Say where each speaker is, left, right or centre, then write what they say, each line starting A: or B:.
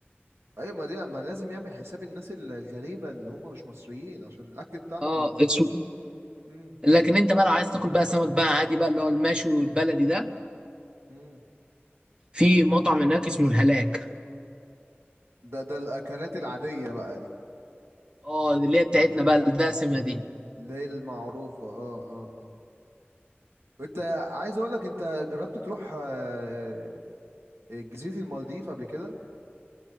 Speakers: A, on the right (about 85°); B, on the right (about 20°).
A: ايوه ما دي ما لازم يعمل حساب الناس الغريبه اللي هم مش مصريين عشان الاكل بتاعنا
B: اه
A: ما ما-
B: اسمه
A: امم
B: لكن انت بقى لو عايز تاكل بقى سمك بقى عادي بقى اللي هو المشوي والبلدي ده
A: امم
B: في مطعم هناك اسمه الهلاك
A: ده ده الاكلات العاديه بقى دي
B: اه اللي هي بتاعتنا بقى الدسمه دي
A: ال- اللي هي المعروفه اه اه اه انت عايز اقول لك انت جربت تروح آه، جزيره المالديف قبل كده